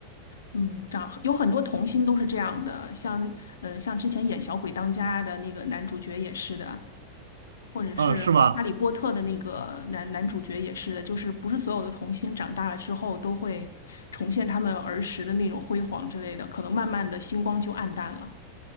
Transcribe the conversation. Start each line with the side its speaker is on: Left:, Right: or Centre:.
Left: 嗯，长有很多童星都是这样的，像嗯、呃像之前演《小鬼当家》的那个男主角也是的，或者是《哈利波特》的那个男男主角也是的，
Right: 啊，是吧？
Left: 就是不是所有的童星长大了之后都会重现他们儿时的那种辉煌之类的，可能慢慢的星光就暗淡了。